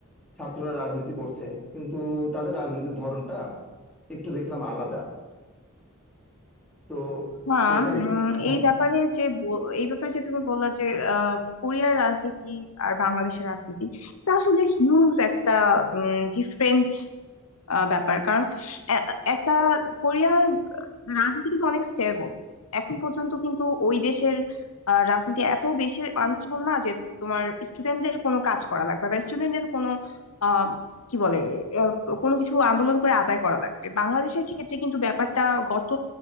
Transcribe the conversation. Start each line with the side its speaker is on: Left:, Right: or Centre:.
Centre: ছাত্ররা রাজনীতি করছে কিন্তু তাদের রাজনীতির ধরনটা একটু দেখলাম আলাদা তো
Left: হ্যাঁ
Centre: সেখানে
Left: উম,
Centre: হ্যাঁ
Left: এই ব্যাপারে যে ব- এই ব্যাপারে যে তুমি বললা যে আহ, কোরিয়ার রাজনীতি আর বাংলাদেশের রাজনীতি এটা আসলে হিউজ একটা ডিফারেন্ট আহ ব্যাপার কারণ এ- একটা কোরিয়ার রাজনীতি কিন্তু অনেক স্টেবল এখন পর্যন্ত কিন্তু ওই দেশের আহ, রাজনীতি এত বেশি আনস্টেবল না যে তোমার স্টুডেন্টদের কোনো কাজ করা লাগবে বা স্টুডেন্টদের কোনো আহ, কি বলে আহ, কোনো কিছু আন্দোলন করে আদায় করা লাগবে বাংলাদেশের ক্ষেত্রে কিন্তু ব্যাপারটা গত